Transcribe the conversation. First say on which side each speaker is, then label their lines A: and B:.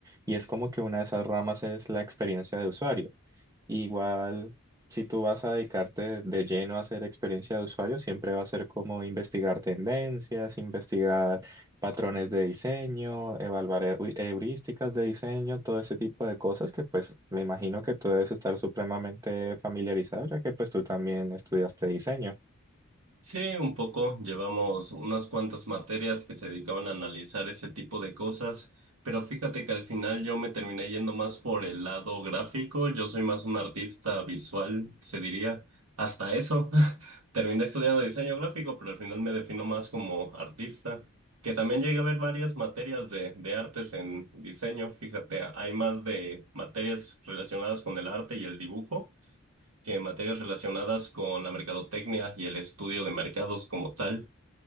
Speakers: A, on the right; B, on the right.
A: y es como que una de esas ramas es la experiencia de usuario. Igual, si tú vas a dedicarte de lleno a hacer experiencia de usuario, siempre va a ser como investigar tendencias, investigar patrones de diseño, evaluar heu- heurísticas de diseño, todo ese tipo de cosas que pues me imagino que tú debes estar supremamente familiarizado, ya que pues tú también estudiaste diseño.
B: Sí, un poco. Llevamos unas cuantas materias que se dedicaban a analizar ese tipo de cosas, pero fíjate que al final yo me terminé yendo más por el lado gráfico. Yo soy más un artista visual, se diría. Hasta eso. <laughs> Terminé estudiando diseño gráfico, pero al final me defino más como artista, que también llegué a ver varias materias de, de artes en diseño. Fíjate, hay más de materias relacionadas con el arte y el dibujo que en materias relacionadas con la mercadotecnia y el estudio de mercados como tal,